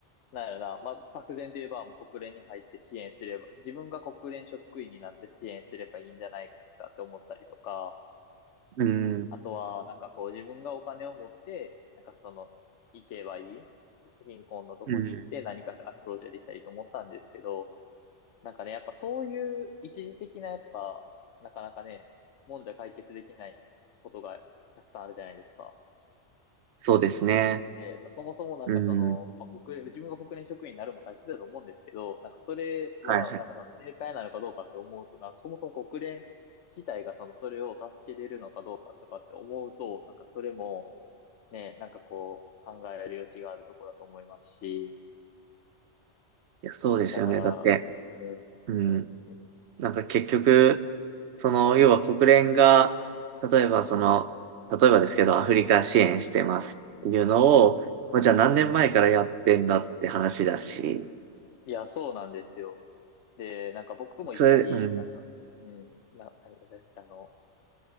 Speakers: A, on the left; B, on the right.
A: なんやろな、まあ、漠然といえば、もう国連に入って支援すれば、自分が国連職員になって支援すればいいんじゃないかって思ったりとか、
B: うん。
A: あとは、なんかこう自分がお金を持って、なんかその、行けばいいし貧困のとこに行って何かアプローチができたりと思ったんですけど、
B: うん。
A: なんかね、やっぱそういう一時的なやっぱ、なかなかね、もんじゃ解決できないことがたくさんあるじゃないですか。
B: そうですね。
A: で、そもそもなんかその、
B: うん。
A: まあ、国連、自分が国連職員になるのも大切だと思うんですけど、なんかそれは、
B: はいはい。
A: なんかその正解なのかどうかって思うと、なんかそもそも国連自体がその、それを助けれるのかどうかとかって思うと、なんかそれも、ね、なんかこう、考える余地があるとこだと思いますし、
B: いや、そうですよね。
A: だから、
B: だって、
A: うーん、
B: うん。
A: うん、
B: なんか結局、その、要は国連が、例えばその、例えばですけど、アフリカ支援してますっていうのを、これじゃあ何年前からやってんだって話だし、
A: うん。いや、そうなんですよ。で、なんか僕も一回、
B: それ、うん、
A: なんか、うん、な、ああの、